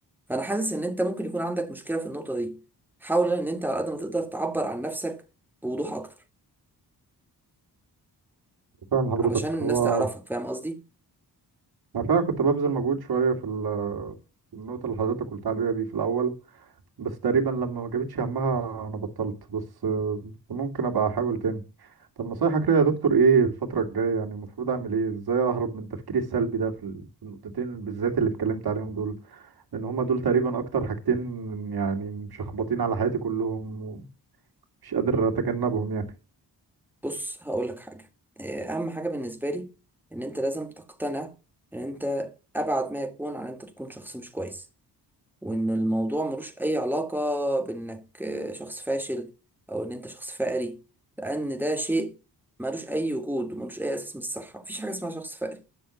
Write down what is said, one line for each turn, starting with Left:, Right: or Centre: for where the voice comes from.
Centre: فانا حاسس ان انت ممكن يكون عندك مشكلة في النقطة دي حاول ان انت على قد ما تقدر تعبر عن نفسك بوضوح اكتر
Right: فاهم حضرتك
Centre: علشان الناس
Right: هو
Centre: تعرفك فاهم قصدي
Right: انا فعلا كنت ببذل مجهود شويه في ال- في النقطه اللي حضرتك قلت عليها دي في الاول بس تقريبا لما ما جابتش همها انا بطلت بس آه، ممكن ابقى احاول تاني طب نصايحك ليا يا دكتور ايه الفترة الجاية يعني المفروض اعمل ايه ازاي اهرب من تفكيري السلبي ده في ال- في النقطتين بالذات اللي اتكلمت عليهم دول لان هما دول تقريبا اكتر حاجتين يعني مشخبطين على حياتي كلهم ومش قادر اتجنبهم يعني
Centre: بص هقول لك حاجة إيه، أهم حاجة بالنسبة لي إن أنت لازم تقتنع إن أنت أبعد ما يكون عن أنت تكون شخص مش كويس وإن الموضوع ملوش أي علاقة بإنك آه، شخص فاشل أو إن أنت شخص فقري لأن ده شيء ملوش أي وجود وملوش أي أساس من الصحة مفيش حاجة اسمها شخص فقري